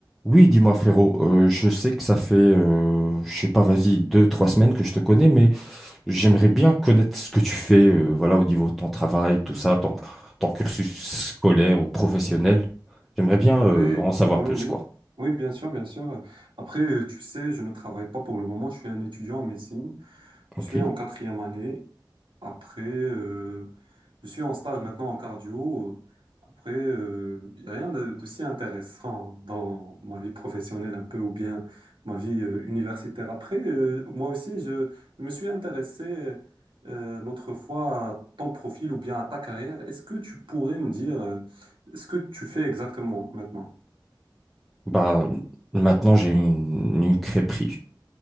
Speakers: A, in the centre; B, on the right.
A: Oui, dis-moi frérot, euh, je sais que ça fait, euh, je sais pas, vas-y, deux, trois semaines que je te connais, mais j'aimerais bien connaître ce que tu fais, euh, voilà, au niveau de ton travail, tout ça, ton, ton cursus scolaire ou professionnel. J'aimerais bien, euh,
B: Oui,
A: en savoir
B: oui,
A: plus,
B: oui,
A: quoi.
B: Oui, bien sûr, bien sûr. Après, euh, tu sais, je ne travaille pas pour le moment. Je suis un étudiant en médecine. Je
A: Ok.
B: suis en quatrième année. Après, euh, je suis en stage maintenant en cardio. Après, euh, il n'y a rien de, de si intéressant dans ma vie professionnelle un peu ou bien ma vie euh, universitaire. Après, euh, moi aussi, je, je me suis intéressé euh, l'autre fois à ton profil ou bien à ta carrière. Est-ce que tu pourrais me dire euh, ce que tu fais exactement maintenant?
A: Bah, maintenant j'ai une, une crêperie.